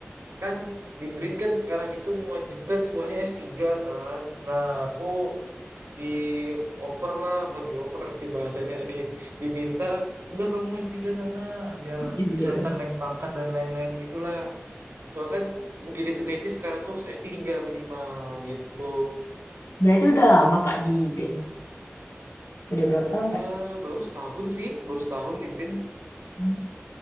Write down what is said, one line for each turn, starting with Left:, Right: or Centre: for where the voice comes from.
Right: kan di Brin kan sekarang itu mewajibkan semuanya s tiga kan. Nah, aku dioper lah, bukan dioper sih bahasanya, di diminta, udah kamu s tiga sana, biar
Left: Di Semeru.
Right: bisa ntar naik pangkat dan lain-lain gitulah. Soalnya kan untuk jadi peneliti sekarang terus s tiga minimal gitu.
Left: Berarti udah lama Kak di BRIN. Udah berapa tahun Kak?
Right: Eh, baru setahun sih, baru setahun di BIN
Left: Hmm.